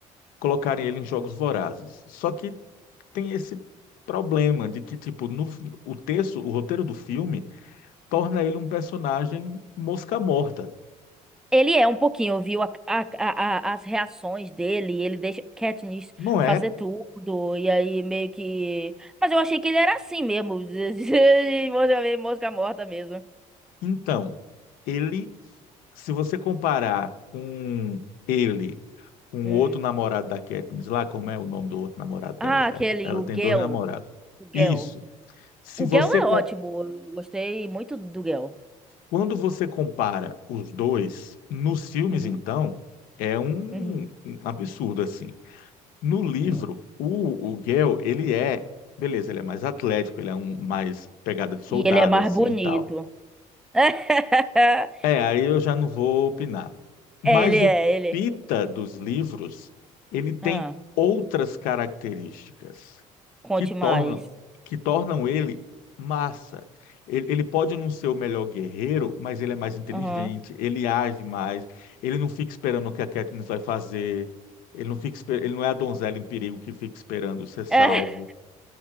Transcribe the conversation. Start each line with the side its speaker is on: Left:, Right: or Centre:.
Left: colocarem ele em jogos vorazes. Só que tem esse problema de que, tipo, no, o texto, o roteiro do filme torna ele um personagem mosca morta,
Centre: Ele é um pouquinho, viu? A- a- a- a- as reações dele, ele deixa Katniss
Left: não é?
Centre: fazer tudo, e aí meio que. Mas eu achei que ele era assim mesmo, <laughs> de mosca mosca morta mesmo.
Left: Então, ele, se você comparar com ele, com
Centre: Hum.
Left: o outro namorado da Katniss lá, como é o nome do outro namorado dela?
Centre: Ah, aquele,
Left: Ela, ela
Centre: o
Left: tem
Centre: Gale.
Left: dois namorados.
Centre: O Gale.
Left: Isso. Se
Centre: O
Left: você
Centre: Gale
Left: com-
Centre: é ótimo, eu gostei muito do Gale.
Left: quando você compara os dois nos filmes,
Centre: Uhum,
Left: então é um,
Centre: uhum,
Left: um absurdo assim. No
Centre: uhum.
Left: livro, o, o Gale, ele é, beleza, ele é mais atlético, ele é um mais pegada de soldado
Centre: E ele é mais
Left: assim
Centre: bonito.
Left: e tal.
Centre: <laughs>
Left: É, aí eu já não vou opinar. Mas
Centre: É, ele é,
Left: o
Centre: ele.
Left: Pita dos livros, ele tem
Centre: Ah,
Left: outras características
Centre: conte
Left: que tornam,
Centre: mais.
Left: que tornam ele massa. Ele, ele pode não ser o melhor guerreiro, mas ele é mais inteligente,
Centre: Aham.
Left: ele age mais, ele não fica esperando o que a Katniss vai fazer, ele não fica, espe- ele não é a donzela em perigo que fica esperando ser salvo.
Centre: <laughs>